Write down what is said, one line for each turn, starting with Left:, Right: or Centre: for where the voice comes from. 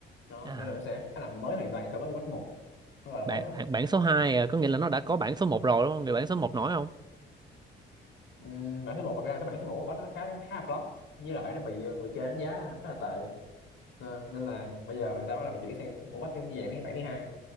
Left: đó
Right: À
Left: nên là nó sẽ khá là mới hoàn toàn so với Overwatch một nó gọi là mới
Right: bản
Left: thôi
Right: bản, bản số 2 à, có nghĩa là nó đã có bản số một rồi đúng không? Người bản số một nổi không?
Left: Ừm, bản số một thật ra cái bản số một của Overwatch nó khá khá là flop với lại nó bị ờ, người chơi đánh giá khá là tệ Ờ, nên là bây giờ người ta bắt đầu chuyển sang Overwatch theo dạng như bản thứ hai